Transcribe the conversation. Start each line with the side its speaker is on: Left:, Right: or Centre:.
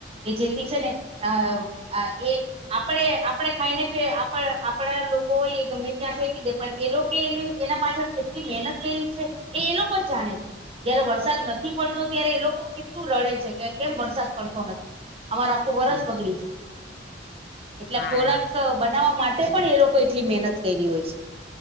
Right: કે જેથી છે ને અહ અહ એ આપડે આપડે ખાઈને તે આપ આપડા લોકો એ ગમે ત્યાં થઈ કી દે પણ એ લોકો એ એના પાછળ કેટલી મહેનત કરી છે એ લોકો કોઈ જાણ છે.. જયારે વરસાદ નથી પડતો ત્યારે એ લોકો કેટલું રડે છે કે કેમ વરસાદ પડતો નથી. અમારાખો વરસ
Left: હમ.
Right: બગડી જશે એટલે
Left: હા
Right: ખોરાક
Left: એ
Right: બનાવવા માટે પણ એ લોકો એટલી મહેનત કરી હોય છે.